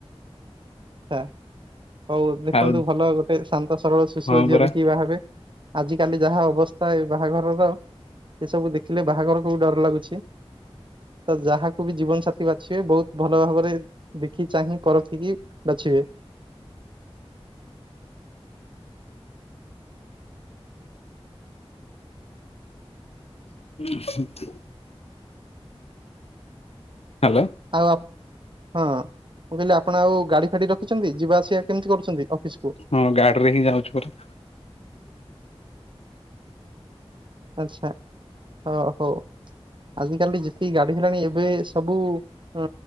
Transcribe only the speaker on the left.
ଆଉ
ହଁ
ପରା
<unintelligible> ହାଲୋ।
ହଁ ଗାଡି ରେ ହିଁ ଯାଉଛି ପରା।